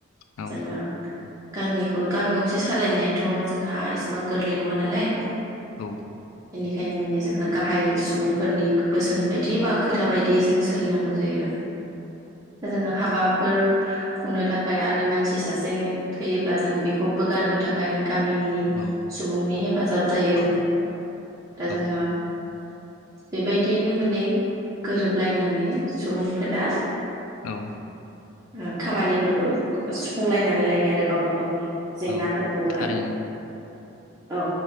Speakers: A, on the left (about 80°); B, on the right (about 15°).
A: औ
B: जोङो गामिखौ गामि गंसे सालायनायाथ' जोंहा एसेबां गोरलै नङा नालाय
A: औ
B: बेखायनो माने जोंहा गाहाय सुबुंफोरनि बोसोन बायदि बा खोथा बायदि जों सोलिनांगौ जायो जोङो हाबा फोर खुंनो थाखाय आरो मानसि सासे थैयोब्ला जों बेखौ बोगारनो थाखाय गामनि
A: औ
B: नि हेफाजाब जायो
A: औ
B: जोंङो बेबायदियैनो माने गोरोबलायनानै सुबुंफोरा
A: औ
B: ओ खामानिफोरखौ सुफुंलायनानै लायो आरो गावबा गावनि जेंनाफोरखौबो
A: औ थारैनो
B: औ